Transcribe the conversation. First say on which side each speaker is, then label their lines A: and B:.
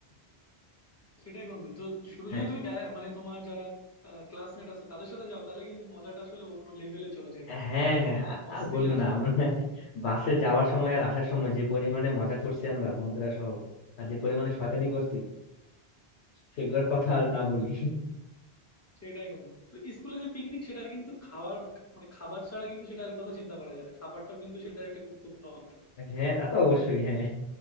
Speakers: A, on the left; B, on the left.
A: সেটাই বন্ধু তো শুধু
B: হ্যাঁ
A: যদি তুমি ব্যা- মানে তোমার যারা ক্লাসমেট আছে তাদের সাথে যাও তাহলে কিন্তু মজাটা আসলে অন্য লেভেলে চলে যায় তখন
B: হ্যাঁ হ্যাঁ, আ-
A: অস্থির
B: আর বলিও
A: মজা
B: না
A: হয়
B: আমরা বাসে যাওয়ার সময় আর আসার সময় যে পরিমাণে মজা করছি আমরা বন্ধুরা সহ আর যে পরিমাণে শয়তানি করছি সেগুলোর কথা আর না বলি
A: সেটাই বন্ধু তো স্কুলে যে পিকনিক সেটা কিন্তু খাওয়ার মানে খাবার ছাড়া কিন্তু সেটার কথা চিন্তা করা যায় না খাবারটাও কিন্তু সেটার একটা গুরুত্বপূর্ণ অংশ
B: হ্যাঁ তা তো অবশ্যই হ্যাঁ